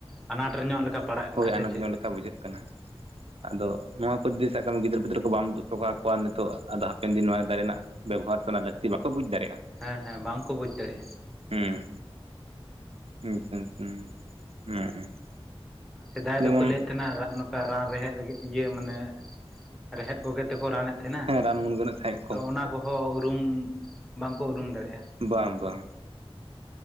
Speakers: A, in the centre; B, on the right (about 70°).
A: ᱟᱱᱟᱴ ᱧᱚᱜ ᱞᱮᱠᱟ ᱯᱟᱲᱟᱜ ᱠᱟᱱᱟ
B: ᱦᱳᱭ ᱟᱱᱟᱴ
A: ᱥᱮ ᱪᱮᱫ
B: ᱧᱚᱜ ᱞᱮᱠᱟ ᱵᱩᱡᱷᱟᱹᱜ ᱠᱟᱱᱟ ᱟᱫᱚ ᱱᱚᱣᱟ ᱠᱚ ᱫᱤᱥ ᱥᱟᱵᱠᱟᱢ ᱜᱤᱫᱽᱟᱹᱨ ᱯᱤᱫᱟᱹᱨ ᱠᱚ ᱵᱟᱢ ᱩᱫᱩᱜ ᱦᱚᱴᱚ ᱠᱟᱣᱟ ᱱᱤᱛᱚᱜ ᱟᱫᱚ ᱦᱟᱯᱮᱱ ᱫᱤᱱ ᱱᱚᱣᱟ ᱫᱟᱨᱮ ᱨᱮᱱᱟᱜ ᱵᱮᱵᱚᱦᱟᱨ ᱪᱚᱱᱟᱜ ᱞᱟᱹᱠᱛᱤ ᱵᱟᱠᱚ ᱵᱩᱡᱽ ᱫᱟᱲᱮᱜ
A: ᱦᱮᱸ ᱦᱮᱸ ᱵᱟᱝᱠᱚ ᱵᱩᱡ ᱫᱟᱲᱮᱭᱟᱜ-ᱟ
B: ᱦᱮᱸ <inaudible>
A: ᱥᱮᱫᱟᱭ
B: ᱡᱮᱢᱚᱱ
A: ᱫᱚᱠᱚ ᱞᱟᱹᱭᱮᱫ ᱛᱟᱦᱮᱸᱱᱟ ᱠᱟ ᱨᱟᱱ ᱨᱮᱦᱮᱫ ᱨᱮᱜᱮ ᱤᱭᱟᱹ ᱢᱟᱱᱮ ᱨᱮᱦᱮᱫ ᱠᱚᱜᱮ ᱛᱮᱠᱚ ᱨᱟᱱ ᱮᱫᱼᱼ ᱛᱟᱦᱮᱱᱟ
B: ᱦᱮᱸ ᱨᱟᱱ ᱢᱩᱨᱜᱟᱹᱱᱮᱫ ᱛᱟᱦᱮᱸᱫ ᱠᱚ
A: ᱛᱚ ᱚᱱᱟ ᱠᱚᱦᱚᱸ ᱩᱨᱩᱢ ᱵᱟᱝᱠᱚ ᱩᱨᱩᱢ ᱫᱟᱲᱮᱭᱟᱜᱼᱟ
B: ᱵᱟᱝ ᱵᱟᱝ